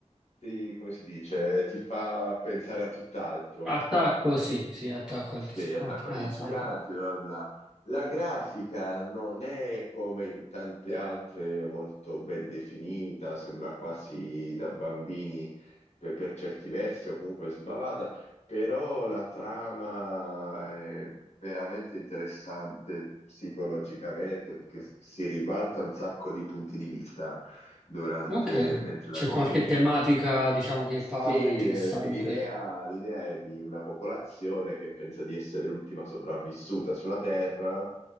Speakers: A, on the left; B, in the centre.
A: ti- come si dice, ti fa pensare a tutt'altro.
B: Attacco, sì, sì, attacco al
A: Sì, Attacco
B: a-
A: dei
B: a
A: Giganti,
B: Titan.
A: bla bla. La grafica non è come in tante altre molto ben definita, sembra quasi da bambini per, per certi versi o comunque sbavata, però la trama è veramente interessante psicologicamente perché si ribalta un sacco di punti di vista durante,
B: Ok.
A: mentre la
B: C'è
A: vedi,
B: qualche
A: perché
B: tematica, diciamo, che
A: sì,
B: parla interessante?
A: eh, che l'idea l'idea è di una popolazione che pensa di essere l'ultima sopravvissuta sulla Terra